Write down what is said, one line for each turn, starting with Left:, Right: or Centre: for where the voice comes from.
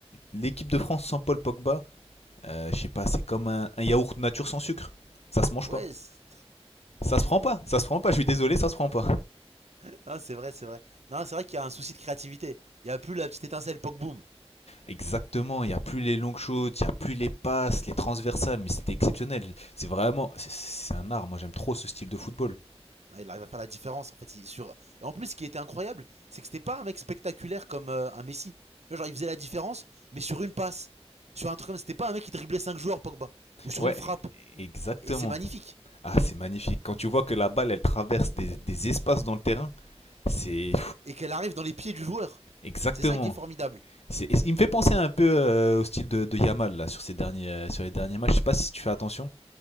Left: l'équipe de France sans Paul Pogba, euh, je sais pas, c'est comme un, un yaourt nature sans sucre. Ça se mange
Right: Ouais,
Left: pas.
Right: c'est
Left: Ça se prend pas. Ça se prend pas. Je suis désolé, ça se prend pas.
Right: <laughs> vrai, c'est vrai. Non, c'est vrai qu'il y a un souci de créativité. Il y a plus la petite étincelle poc boom
Left: Exactement. Il y a plus les longues shoots, il y a plus les passes, les transversales, mais c'était exceptionnel. C'est vraiment, c'est- c'est un art. Moi, j'aime trop ce style de football.
Right: Ouais, Il arrive à faire la différence en fait. Il- sur... Et en plus, ce qui était incroyable, c'est que c'était pas un mec spectaculaire comme euh, un Messi. Tu vois, genre, il faisait la différence, mais sur une passe. Sur un truc comme ça, c'était pas un mec qui driblait 5 joueurs, Pogba. Ou sur
Left: Ouais,
Right: une frappe.
Left: e- exactement.
Right: Et c'est magnifique.
Left: Ah, c'est magnifique. Quand tu vois que la balle, elle traverse des, des espaces dans le terrain, c'est
Right: Et qu'elle arrive dans les pieds du joueur.
Left: exactement.
Right: C'est ça qui est formidable.
Left: C'est- Il me fait penser un peu euh, au style de, de Yamal là sur ces derniers, euh, sur les derniers matchs. Je sais pas si tu fais attention,